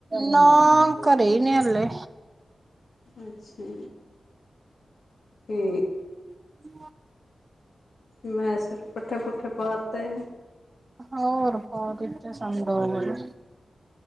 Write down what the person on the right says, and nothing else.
ਨਾ, ਘਰੇ ਹੀ ਨੀ ਹਲੇ।
ਹ
ਹੋਰ ਪਾ ਦਿਤੇ ਦੋ ਮਿਨਟ ਚ।